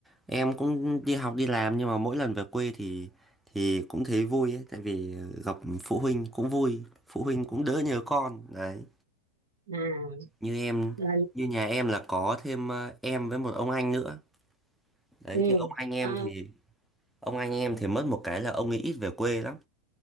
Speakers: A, in the centre; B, on the right.
A: em cũng đi học đi làm nhưng mà mỗi lần về quê thì thì cũng thấy vui ấy, tại vì gặp phụ huynh cũng vui, phụ huynh cũng đỡ nhớ con. Đấy.
B: à,
A: như em
B: ừ.
A: như nhà em là có thêm ờ, em với một ông anh nữa đấy
B: Ừ.
A: thì ông anh em
B: ờ,
A: thì ông anh em thì mất một cái là ông ấy ít về quê lắm